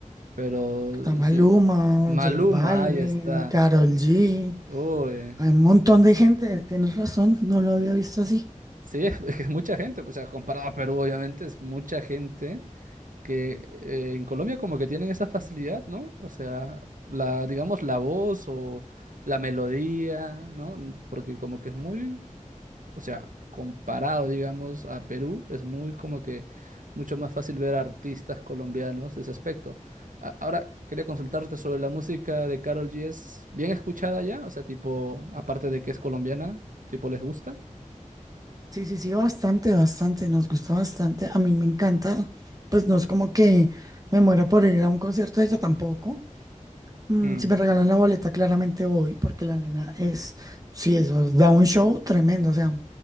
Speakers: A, on the right; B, on the right.
A: Pero
B: Está Maluma,
A: sí, Maluma,
B: J Balvin,
A: ahí está.
B: Karol G.
A: Uy,
B: Hay un montón de gente, tienes razón, no lo había visto así.
A: sí, <laughs> es que es mucha gente. O sea, comparado a Perú, obviamente, es mucha gente que eh, en Colombia como que tienen esa facilidad, ¿no? O sea, la, digamos, la voz o la melodía, ¿no? Porque como que es muy o sea, comparado, digamos, a Perú, es muy como que mucho más fácil ver artistas colombianos de ese aspecto. A- Ahora, quería consultarte sobre la música de Karol G. ¿Es bien escuchada ya? O sea, tipo, aparte de que es colombiana, tipo, ¿les gusta?
B: Sí, sí, sí, bastante, bastante, nos gusta bastante. A mí me encanta. Pues no es como que me muera por ir a un concierto de ella tampoco. Mm,
A: Mm.
B: si me regalan la boleta, claramente voy, porque la nena es, sí, eso, da un show tremendo. O sea,